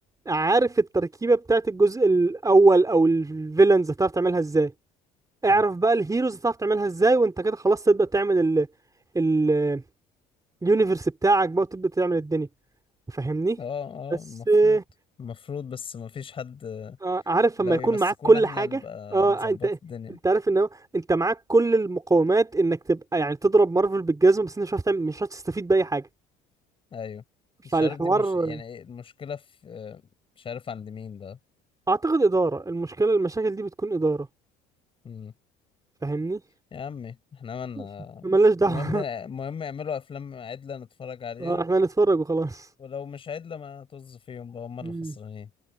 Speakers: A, on the right (about 20°); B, on the left (about 30°).
A: عارف التركيبة بتاعت الجزء الاول او الفيلنز هتعرف تعملها ازاي اعرف
B: اه
A: بقى الهيروز هتعرف تعملها ازاي وانت كده خلاص تبدأ تعمل ال ال اليونيفرس بتاعك بقى وتبدأ تعمل الدنيا فاهمني
B: اه
A: بس
B: المفروض
A: آه،
B: المفروض بس ما فيش حد
A: آه، عارف
B: لو
A: لما يكون
B: يمسكونا
A: معاك كل
B: احنا
A: حاجة
B: نبقى
A: اه
B: نظبط
A: آه، انت
B: الدنيا
A: انت عارف ان هو انت معاك كل المقومات انك تبقى يعني تضرب مارفل بالجزمة بس انت مش هتعرف تعمل مش هتستفيد بأي حاجة
B: ايوه مش
A: فالحوار
B: عارف دي مش يعني ايه المشكله في آه، مش عارف عند مين بقى
A: اعتقد إدارة المشكلة المشاكل دي بتكون إدارة
B: امم
A: فاهمني
B: يا عمي احنا مالنا
A: ماشي ملناش دعوة
B: مهم مهم يعملوا افلام عدله نتفرج
A: <laughs>
B: عليها
A: اه احنا هنتفرج وخلاص
B: ولو مش عدله ما طز فيهم بقى هم اللي
A: مم.
B: خسرانين